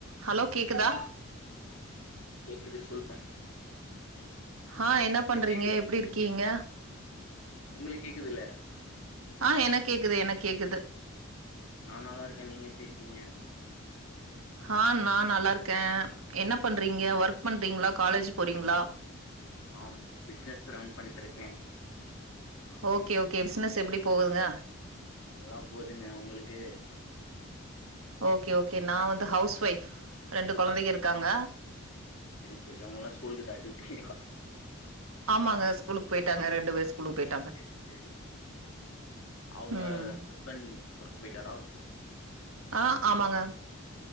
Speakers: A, on the right; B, on the left.
A: Hello கேக்குதா
B: கேக்குது சொல்லுக
A: ஆ என்ன பண்றீங்க
B: கேக்குதா
A: எப்டி இருக்கீங்க
B: உங்களுக்கு கேக்குது இல்ல
A: ஆ எனக் கேக்குது எனக் கேக்குது
B: நான் நல்லாருக்கே நீங்க எப்டி இருக்கீங்க
A: ஆ நா நல்லா இருக்கேன் என்ன பண்றீங்க ஒர்க் பண்றீங்களா காலேஜ் போறீங்களா
B: ஆ பிசினஸ் ரன் பண்ட்டு இருக்கேன்
A: ஓகே ஓகே பிசினஸ் எப்டி போகுதுங்க
B: நல்லா போதுங்க உங்களுக்கு
A: ஓகே ஓகே நா வந்து ஹவுஸ் ஒைஃப் ரெண்டு கொழந்தைங்க இருக்காங்க
B: சரி சரி அவங்கல்லா ஸ்கூலுக்கு தாட்டி விட்டீங்களா
A: ஆமாங்க ஸ்கூுக்கு போயிட்டாங்க இரண்டு பேர் ஸ்கூுக்கு போயி
B: சரி சரி அவங்க
A: ம்
B: ஹஸ்பண்ட் ஒர்க் போயிட்டாரா
A: ஆ ஆமாங்க